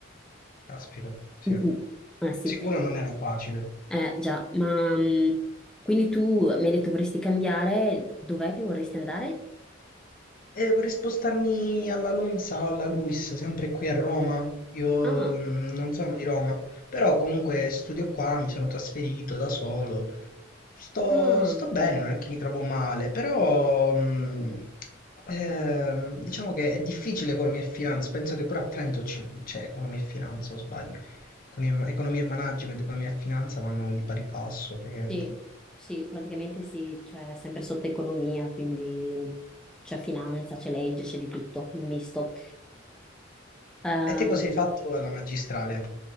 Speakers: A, on the left; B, in the centre.
A: Caspita, sì.
B: Mm-mm. Ah sì,
A: Sicuro non era facile.
B: eh, già, ma mm, quindi tu mi hai detto vorresti cambiare, dov'è che vorresti andare?
A: E vorrei spostarmi alla Lonza o alla Luis, sempre qui a Roma. Io
B: Ah,
A: mm, non sono di Roma, però comunque studio qua, mi sono trasferito da solo. Sto,
B: ah,
A: sto bene, non è che mi trovo male, però mm, ehm, diciamo che è difficile economia e finanza. Penso che pure a Trento ci- c'è economia e finanza, o sbaglio. Economia economia e management, economia e finanza vanno di pari passo, praticamente.
B: sì, sì, praticamente sì, cioè sempre sotto economia, quindi c'è finanza, c'è legge, c'è di tutto, un misto. Ehm,
A: E te cosa hai fatto alla magistrale?